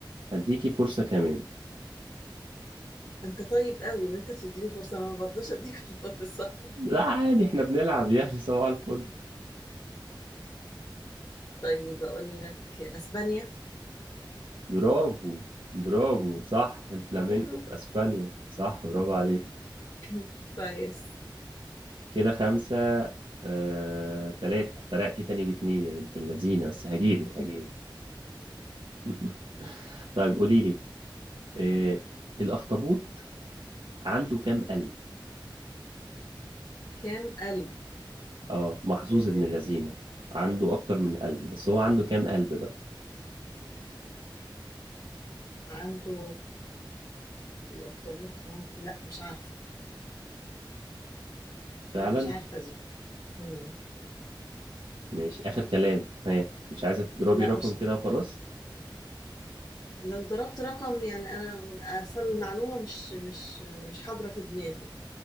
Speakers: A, on the right (about 70°); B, on the left (about 40°).
A: هديكي فرصة كمان
B: انت طيب قوي ان انت بتديني فرصة انا ما برضاش اديك <laughs> فرصة
A: لا عادي احنا بنلعب يعني <laughs> صباح الفل
B: طيب اقول لك اسبانيا
A: برافو برافو صح الفلامينكو
B: آه.
A: في اسبانيا صح برافو عليك
B: <clears throat> <laughs> كويس
A: كده خمسة آه، تلاتة فرقتي تاني باتنين يا بنت اللذينة بس هجيبك
B: مم.
A: هجيبك <laughs> طيب قولي لي آه، الاخطبوط عنده كام قلب
B: <laughs> كام قلب
A: اه محظوظ
B: آه،
A: ابن اللذينة عنده اكتر من قلب بس هو عنده كام قلب بقى
B: عنده الارتباط ممكن لا مش عارفة
A: فعلا
B: لا مش عارفة دي مم.
A: ماشي اخر كلام ها مش عايزة تضربي
B: لا
A: رقم
B: مش
A: كده وخلاص
B: لو ضربت رقم يعني انا اصلا المعلومة مش مش مش حاضرة في دماغي